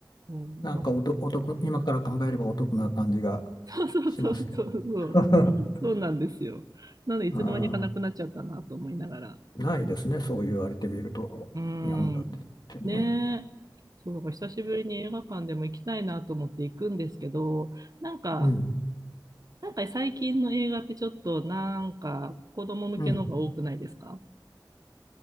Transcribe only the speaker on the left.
なんかおと、
お得、今から考えればお得な感じが
しますけど。<laughs>
うん、ないですね、そう言われてみると、
日本立てってね。
うん、
うん。